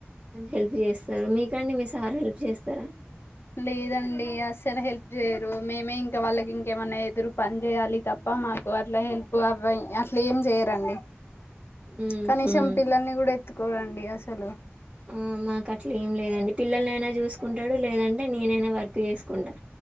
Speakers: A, on the right; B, on the left.
A: హెల్ప్ చేస్తరు మీకండి మీ సార్ హెల్ప్ చేస్తారా
B: లేదండి అసలు హెల్ప్ చేయరు మేమే ఇంకా వాళ్ళకి ఇంకేమన్నా ఎదురు పని చేయాలి తప్ప మాకు అట్లా హెల్ప్ అవ అట్ల ఏం చేయరండి.
A: ఉహు
B: కనీసం పిల్లలని కూడా ఏ ఎత్తుకోరండి అసలు
A: ఉ మాకు అట్లా ఏం లేదండి పిల్లలైనా చూసుకుంటాడు లేదండి నేనైనా వర్క్ చేసుకు కు